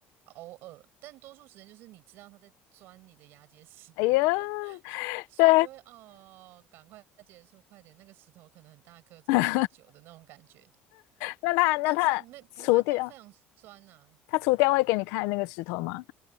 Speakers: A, on the right; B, on the left.
A: 偶尔，但多数时间就是你知道他在钻你的牙结石，
B: 哎呀，
A: <laughs> 所以你就会哦，
B: 对，
A: 赶快结束，快点，那个石头可能很大颗，怎么这么久的那种感觉。
B: <laughs> 那他那他除掉
A: 但其实没不会到非常酸呐、
B: 他除掉会给你看那个石头吗？